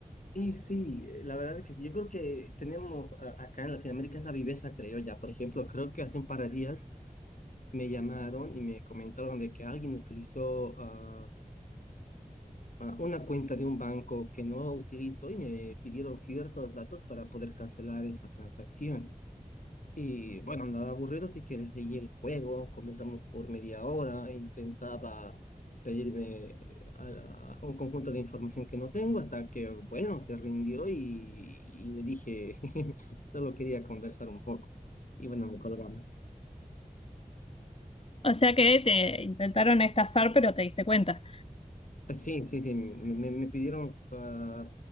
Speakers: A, on the left (about 60°); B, on the left (about 40°).
A: Y sí, eh, la verdad que sí, yo creo que tenemos a- acá en Latinoamérica esa viveza criolla. Por ejemplo, creo que hace un par de días me llamaron y me comentaron de que alguien utilizó ah, ah, una cuenta de un banco que no utilizo y me pidieron ciertos datos para poder cancelar esa transacción. Y bueno, andaba aburrido, así que le seguí el juego, conversamos por media hora, e intentaba pedirme eh, a- a un conjunto de información que no tengo, hasta que, bueno, se rindió y, y le dije, <laughs> solo quería conversar un poco. Y bueno, me colgaron.
B: O sea que te intentaron estafar, pero te diste cuenta.
A: Sí, sí, sí, me, me- me pidieron, ah,